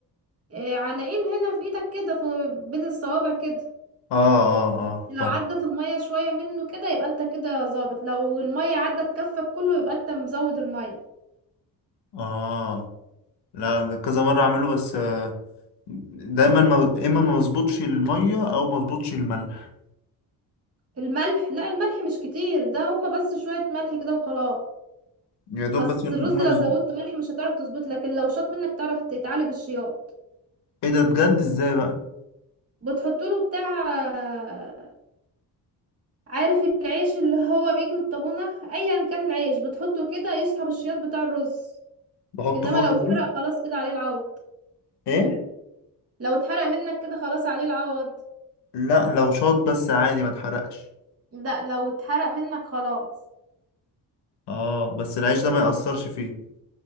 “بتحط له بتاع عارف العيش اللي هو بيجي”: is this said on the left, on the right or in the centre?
Right